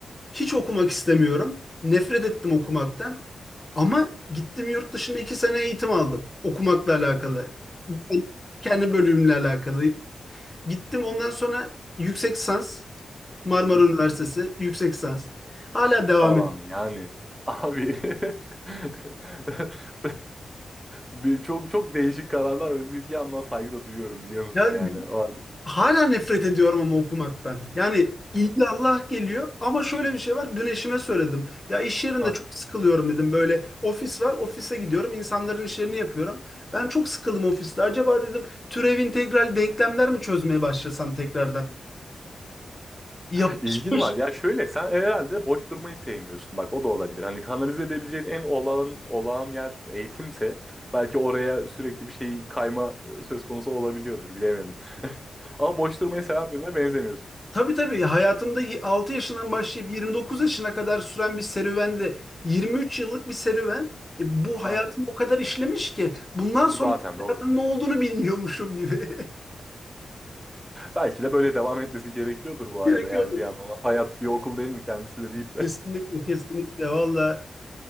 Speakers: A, on the left; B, in the centre.
A: Hiç okumak istemiyorum. Nefret ettim okumaktan. Ama gittim yurt dışında iki sene eğitim aldım. Okumakla alakalı. Kendi bölümümle alakalı. Gittim ondan sonra yüksek lisans Marmara
B: <laughs>
A: Üniversitesi yüksek lisans. Hala devam
B: falan
A: ediyor.
B: yani. Abi <laughs> bir çok çok değişik kararlar ve bir, bir yandan saygı da duyuyorum biliyor musun
A: Yani
B: yani. O- halde.
A: hala nefret ediyorum ama okumaktan. Yani Allah geliyor ama şöyle bir şey var. Dün eşime söyledim. Ya iş yerinde
B: Aha.
A: çok sıkılıyorum dedim. Böyle ofis var. Ofise gidiyorum. insanların işlerini yapıyorum. Ben çok sıkıldım ofiste. Acaba dedim türev integral denklemler mi çözmeye başlasam tekrardan? Yapışmış.
B: <laughs> İlgin var. Ya şöyle sen herhalde boş durmayı sevmiyorsun. Bak o da olabilir. Hani kanalize edebileceğin en olağan olağan yer eğitimse belki oraya sürekli bir şey kayma e, söz konusu olabiliyordur. Bilemedim. <laughs> Ama boş durmayı seven birine benzemiyorsun.
A: Tabii tabii hayatımda y- 6 yaşından başlayıp 29 yaşına kadar süren bir serüvende 23 yıllık bir serüven E, bu
B: Aynen.
A: hayatımı o kadar işlemiş ki bundan sonra
B: Zaten doğru.
A: hayatın ne olduğunu bilmiyormuşum gibi.
B: Belki de böyle devam etmesi gerekiyordur bu arada
A: <laughs> Gerekiyordur.
B: yani bir yandan. Hayat bir okul değil mi kendisi de deyip
A: Kesinlikle
B: de.
A: kesinlikle valla